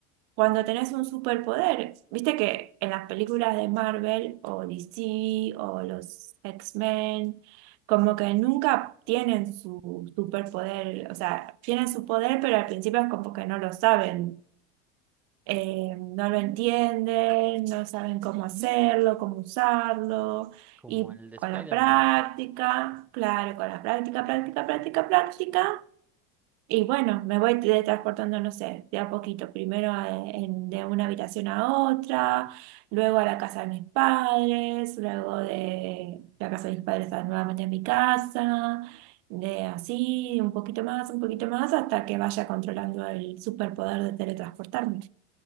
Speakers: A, on the right; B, in the centre.
A: Cuando tenés un superpoder, viste que en las películas de Marvel o DC o los X-Men, como que nunca tienen su superpoder, o sea, tienen su poder, pero al principio es como que no lo saben, eh, no lo entienden, no saben cómo hacerlo, cómo usarlo,
B: como
A: y
B: el de
A: con
B: Spider-Man,
A: la práctica,
B: ¿no?
A: claro, con la práctica, práctica, práctica, práctica. Y bueno, me voy teletransportando no sé, de a poquito, primero a- en- de una habitación a otra, luego a la casa de mis padres, luego de la casa de mis padres a- nuevamente a mi casa, de así, un poquito más, un poquito más, hasta que vaya controlando el superpoder de teletransportarme.